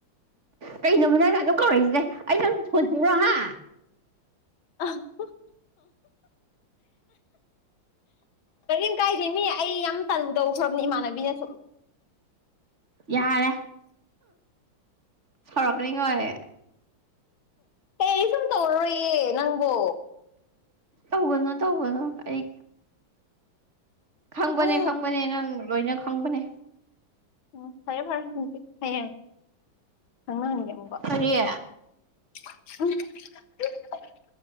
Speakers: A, on the right; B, on the left.
A: ꯀꯩꯅꯣꯕ ꯅꯪ ꯑꯗꯨꯝ ꯀꯧꯔꯛꯏꯖꯦ ꯑꯩ ꯅꯪ ꯐꯣꯟ꯭ꯔꯣꯍꯥ
B: <unintelligible> ꯀꯔꯤꯝ ꯀꯥꯏꯗꯦ ꯃꯤ ꯑꯩ ꯌꯥꯝ ꯇꯟꯗꯧꯈ꯭ꯔꯕꯅꯤ ꯏꯃꯥꯟꯅꯕꯤꯅꯁꯨ꯫
A: ꯌꯥꯔꯦ, ꯁꯧꯔꯛꯀꯅꯤ ꯀꯣ ꯑꯩ
B: ꯀꯩ ꯁꯨꯝ ꯇꯧꯔꯣꯏꯌꯦ ꯅꯪꯕꯣ꯫
A: ꯇꯧꯒꯅꯨ ꯇꯧꯒꯅꯨ ꯑꯩ ꯈꯪꯕꯅꯦ
B: ꯎꯝ
A: ꯈꯪꯕꯅꯦ ꯅꯪ ꯂꯣꯏꯅ ꯈꯪꯕꯅꯦ꯫
B: ꯎꯝ ꯐꯔꯦ ꯐꯔꯦ ꯑꯗꯨꯗꯤ ꯍꯌꯦꯡ ꯈꯪꯅꯍꯟꯒꯦ ꯑꯃꯨꯛꯀ꯫
A: ꯀꯔꯤ
B: <unintelligible>